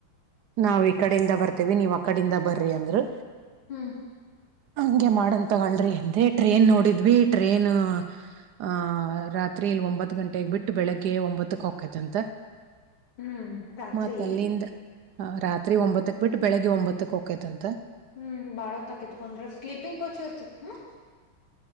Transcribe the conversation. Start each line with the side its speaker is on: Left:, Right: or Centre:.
Right: ನಾವ್ ಈ ಕಡಿಂದ ಬರ್ತೇವಿ ನೀವ್ ಅ ಕಡಿಂದ ಬರ್ರಿ ಅಂದ್ರರು
Left: ಹ್ಮ್
Right: ಹಂಗೆ ಮಾಡಂತಗಳ್ರಿ ಎಂದೇ ಟ್ರೇನ್ ನೋಡಿದ್ವಿ ಟ್ರೇನ್ ಆಹ ರಾತ್ರಿ ಇಲ್ಲಿ ಒಂಬತ್ತು ಗಂಟೆಗೆ ಬಿಟ್ಟು ಬೆಳಿಗ್ಗೆ ಒಂಬತ್ತಕ್ ಹಕೈತ್ಂತ
Left: ಹ್ಮ್ ರಾತ್ರಿ
Right: ಮತ್ ಅಲ್ಲಿಂದ ರಾತ್ರಿ ಒಂಬತ್ತಕ್ ಬಿಟ್ಟು ಬೆಳಿಗ್ಗೆ ಒಂಬತ್ತಕ್ ಹಕೈತಂತ
Left: ಹ್ಮ್ ಬಾಳ ತಕತ್ಕೊಂಡ್ರ ಸ್ಲೀಪಿಂಗ್ ಕೋಚು ಇರ್ತಿತಿ ಹ